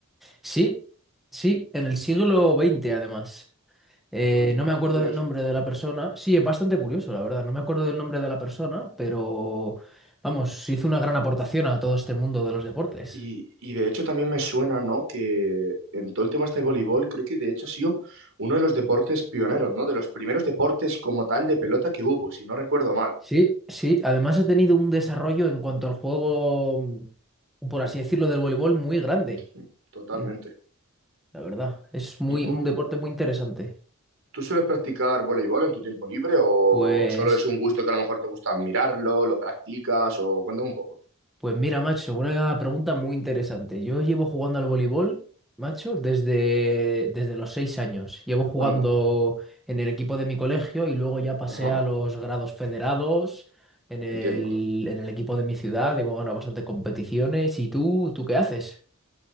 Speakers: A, in the centre; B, on the right.
A: Sí, sí, en el siglo XX además. Eh,
B: Eso es bastante
A: no me acuerdo
B: curioso.
A: del nombre de la persona. Sí, es bastante curioso, la verdad. No me acuerdo del nombre de la persona, pero vamos, hizo una gran aportación a todo este mundo de los deportes.
B: Y, y de hecho también me suena, ¿no? Que en todo el tema este del voleibol, creo que de hecho ha sido uno de los deportes pioneros, ¿no? De los primeros deportes como tal de pelota que hubo, si no recuerdo mal.
A: Sí, sí. Además ha tenido un desarrollo en cuanto al juego, mm, por así decirlo, del voleibol muy grande.
B: Mm, Totalmente.
A: en- La verdad, es muy
B: ¿Y tú,
A: un deporte muy interesante.
B: tú sueles practicar voleibol en tu tiempo libre o
A: Pues,
B: solo es un gusto que a lo mejor te gusta mirarlo, lo practicas o cuéntame un poco?
A: pues mira, macho, una pregunta muy interesante. Yo llevo jugando al voleibol, macho, desde, desde los seis años. Llevo jugando
B: Anda.
A: en el equipo de mi colegio y luego ya pasé
B: Ajá,
A: a los grados federados en el,
B: entiendo.
A: en el equipo de mi ciudad. Hemos ganado bastantes competiciones. ¿Y tú, tú qué haces?